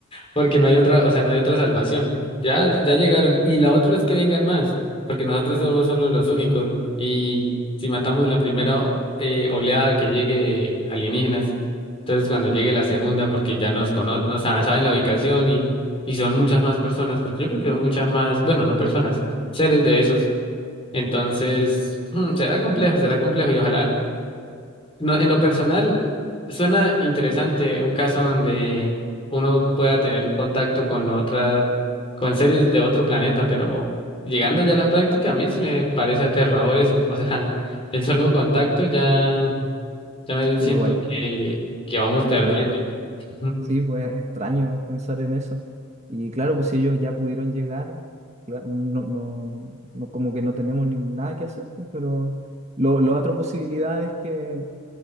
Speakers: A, on the left; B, on the right.
A: porque no hay otra, o sea, no hay otra salvación. Ya, ya llegaron. Y la otra es que vengan más, porque nosotros somos solo los únicos. Y si matamos la primera eh, oleada que llegue de alienígenas, entonces cuando llegue la segunda, porque ya nos conocen, o sea, saben la ubicación y, y son muchas más personas, porque yo creo que son muchas más, bueno, no personas, seres de esos. Entonces, <laughs> mm, será complejo, será complejo y ojalá, no, en lo personal, suena interesante un caso donde uno pueda tener contacto con otra, con seres de otro planeta, pero llegando ya a la práctica, a mí sí me parece aterrador eso. O sea, <laughs> el solo contacto ya, ya me siento
B: igual
A: que, que vamos perdiendo.
B: es raro,
A: <laughs>
B: sí, pues es extraño pensar en eso. Y claro, pues si ellos ya pudieron llegar, claro, no, no, no- como que no tenemos ni nada que hacer, pues, pero lo, la otra posibilidad es que